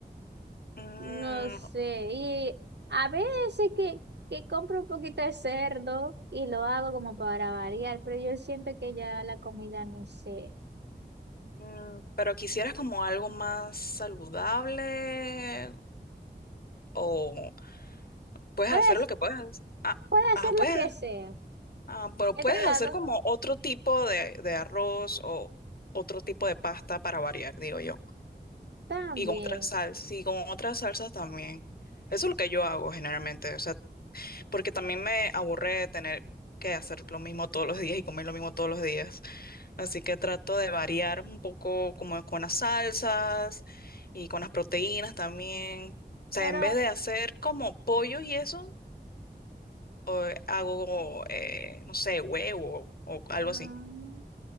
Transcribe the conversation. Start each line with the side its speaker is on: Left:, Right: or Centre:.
Left: Mm,
Right: no sé, y a veces que, que compro un poquito de cerdo y lo hago como para variar, pero yo siento que ya la comida, no sé,
Left: mm, pero quisieras como algo más saludable o puedes
Right: puedes,
Left: hacer lo que puedes. Ah,
Right: puede hacer
Left: ah, puedes.
Right: lo que sea.
Left: Ah, pero
Right: Entre
Left: puedes
Right: las
Left: hacer
Right: dos
Left: como
Right: cosas.
Left: otro tipo de, de arroz o otro tipo de pasta para variar, digo yo.
Right: También,
Left: Y con otras salsas, y con otras salsas también. Eso es lo que yo hago generalmente. O sea, porque también me aburre tener que hacer lo mismo todos los días y comer lo mismo todos los días. Así que trato de variar un poco como con las salsas y con las proteínas también. O sea,
Right: pero...
Left: en vez de hacer como pollo y eso, o- eh, hago, eh, no sé, huevo o algo
Right: mm,
Left: así.